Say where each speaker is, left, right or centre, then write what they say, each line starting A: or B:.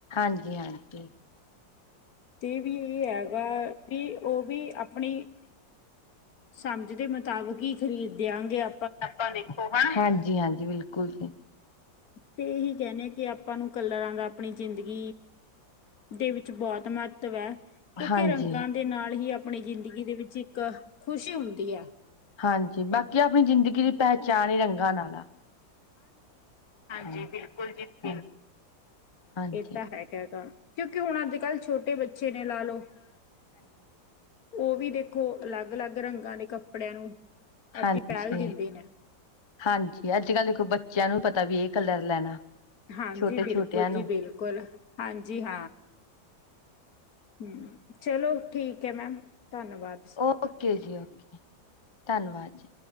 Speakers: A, on the left; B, on the left.
A: ਹਾਂਜੀ ਆਟੀ।
B: ਤੇ ਵੀ ਇਹ ਹੈਗਾ ਵੀ ਉਹ ਵੀ ਆਪਣੀ ਸਮਝ ਦੇ ਮੁਤਾਬਕ ਹੀ ਖ਼ਰੀਦਦਿਆਂ ਗਿਆ
A: ਆਪਾਂ ਦੇਖੋ ਹਨਾ, ਹਾਂਜੀ ਹਾਂਜੀ ਬਿਲਕੁਲ ਜੀ।
B: ਤੇ ਇਹੀ ਕਹਿਣੇੇ ਆ ਕਿ ਆਪਾਂ ਨੂੰ ਕਲਰਾਂ ਦਾ ਆਪਣੀ ਜ਼ਿੰਦਗੀ ਦੇ ਵਿੱਚ ਬਹੁਤ ਮਹੱਤਵ ਹੈ। ਕਿਉਂਕਿ
A: ਹਾਂਜੀ
B: ਰੰਗਾਂ ਦੇ ਨਾਲ ਹੀ ਆਪਣੀ ਜ਼ਿੰਦਗੀ ਦੇ ਵਿੱਚ ਇੱਕ ਖ਼ੁਸ਼ੀ ਹੁੰਦੀ ਹੈ।
A: ਹਾਂਜੀ ਬਾਕੀ ਆਪਣੀ ਜ਼ਿੰਦਗੀ ਦੀ ਪਹਿਚਾਣ ਹੀ ਰੰਗਾਂ ਨਾਲ ਆ। ਹਾਂਜੀ ਬਿਲਕੁਲ ਜੀ ਬਿਲਕੁਲ। ਹਾਂਜੀ
B: ਇਹ ਤਾਂ ਹੈਗਾ ਹੈ ਗਾ ਕਿਉਂਕਿ ਹੁਣ ਅੱਜ ਕੱਲ੍ਹ ਛੋਟੇ ਬੱਚੇ ਨੇ ਲਾ ਲਓ ਉਹ ਵੀ ਦੇਖੋ ਅਲੱਗ ਅਲੱਗ ਰੰਗਾਂ ਦੇ ਕੱਪੜਿਆਂ ਨੂੰ ਆਪਦੀ
A: ਹਾਂਜੀ
B: ਪਹਿਲ ਦਿੰਦੇ ਨੇ
A: ਹਾਂਜੀ ਅੱਜ ਕੱਲ੍ਹ ਦੇਖੋ ਬੱਚਿਆਂ ਨੂੰ ਪਤਾ ਵੀ ਇਹ ਕਲਰ ਲੈਣਾ।
B: ਹਾਂਜੀ
A: ਛੋਟੇ
B: ਬਿਲਕੁਲ
A: ਛੋਟਿਆਂ ਨੂੰ
B: ਜੀ ਬਿਲਕੁਲ ਹਾਂਜੀ ਹਾਂ। ਹਮ ਚਲੋ ਠੀਕ ਹੈ ਮੈਮ ਧੰਨਵਾਦ
A: ਓਕੇ ਜੀ ਓਕੇ ਧੰਨਵਾਦ ਜੀ।